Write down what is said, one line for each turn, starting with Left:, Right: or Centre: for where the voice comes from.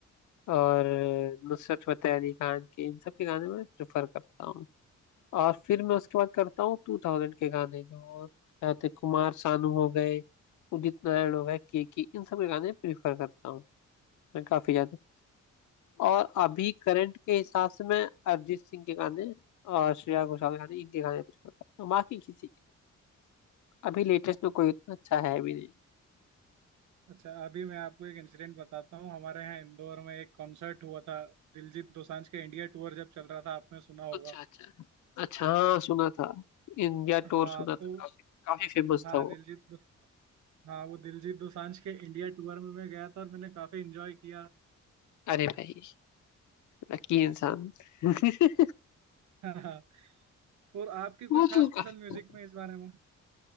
Left: और नुसरत फतेह अली खान के इन सब के गाने मैं प्रेफर करता हूँ और फिर मैं उसके बाद करता हूँ टू थाउजेंड के गाने जो क्या होते हैं, कुमार सानू हो गए उदित नारायण हो गए के के इन सब के गाने प्रेफर करता हूँ मैं काफी ज्यादा और अभी करंट के हिसाब से मैं अरिजीत सिंह के गाने और श्रेया घोषाल के गाने इनके गाने प्रेफर करता हूँ बाकी किसी के अभी लेटेस्ट में कोई उतना अच्छा है भी नहीं
Right: अच्छा अभी मैं आपको एक इंसिडेंट बताता हूँ हमारे यहाँ इंदौर में एक कॉन्सर्ट हुआ था दिलजीत दोसांझ के इंडिया टूर जब चल रहा था आपने सुना होगा
Left: अच्छा अच्छा अच्छा हाँ सुना था इंडिया टूर
Right: हाँ
Left: सुना था
Right: तो
Left: काफी काफी फेमस
Right: हाँ
Left: था वो
Right: दिलजीत हाँ वो दिलजीत दोसांझ के इंडिया टूर में मैं गया था और मैंने काफी एंजॉय किया
Left: अरे भाई लकी इंसान <laughs>
Right: <laughs> हाँ और आपकी
Left: वो
Right: कोई खास
Left: तो
Right: पसंद
Left: काफी
Right: म्यूजिक में इस बारे में